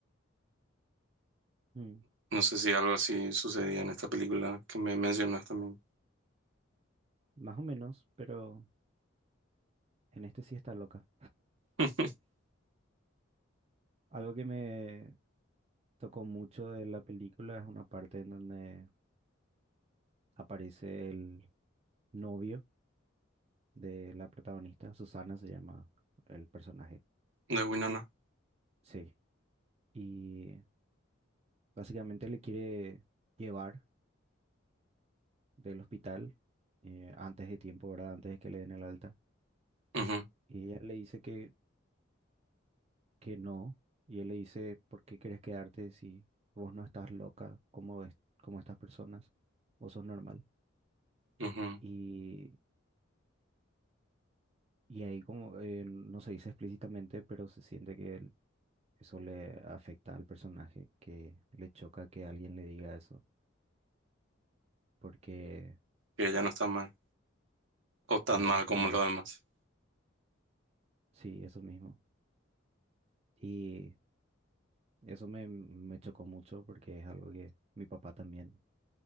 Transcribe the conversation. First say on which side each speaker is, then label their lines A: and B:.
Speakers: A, on the right; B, on the right.
A: Mm,
B: No sé si algo así sucedía en esta película que me mencionas también,
A: más o menos, pero en este sí está loca.
B: <laughs>
A: Algo que me tocó mucho de la película es una parte en donde aparece el novio de la protagonista, Susana se llama el personaje,
B: de Winona.
A: sí, y básicamente le quiere llevar del hospital eh, antes de tiempo, ¿verdad? Antes de que le den el alta,
B: Ujú,
A: y ella le dice que, que no, y él le dice, ¿por qué quieres quedarte si vos no estás loca como, es, como estas personas? Vos sos normal.
B: ujú,
A: Y, y ahí como eh, no se dice explícitamente, pero se siente que él- eso le afecta al personaje, que le choca que alguien le diga eso porque
B: Que ella no está mal, o tan
A: que ella
B: mal
A: no está
B: como
A: mal.
B: los demás.
A: Sí, eso mismo. Y eso me, me chocó mucho porque es algo que mi papá también